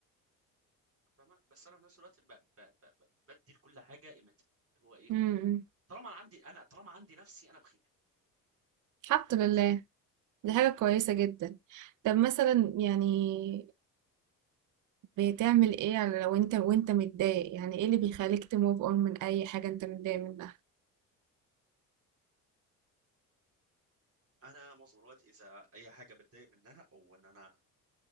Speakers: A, on the right (about 40°); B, on the right (about 55°).
A: فاهمه بس انا في نفس الوقت ب... ب... ب... ب- بدي لكل حاجه قيمتها اللي هو ايه
B: امم
A: طالما انا عندي انا طالما عندي نفسي انا بخير
B: الحمد
A: فاهمة؟
B: لله
A: بس
B: دي حاجة كويسة جدا طب مثلا يعني بتعمل ايه على- لو انت وانت متضايق يعني ايه اللي بيخليك تموف اون من اي حاجة انت متضايق منها
A: انا معظم الوقت اذا اي حاجه بتضايق منها او ان انا